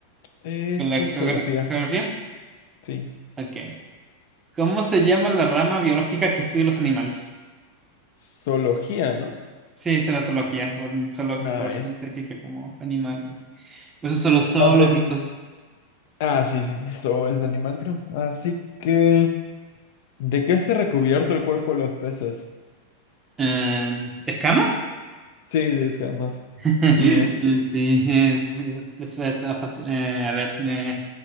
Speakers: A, on the left; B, on the right.
A: Esto
B: ¿con la geogra-
A: es geografía,
B: geografía?
A: sí.
B: Ok. ¿Cómo se llama la rama biológica que estudia los animales?
A: Zoología, ¿no?
B: Sí, es la zoología, por, zoologi-
A: Nice.
B: por su significa como animal. Por eso son los zoológicos.
A: A ver. Ah, sí, sí, esto es de animal, creo. Así que... ¿De qué está recubierto el cuerpo de los peces?
B: Eh, ¿escamas?
A: Sí, sí, es que además.
B: <laughs>
A: Muy bien.
B: Eh, Sí, eh, pues, eso está fácil. Eh, a ver, eh,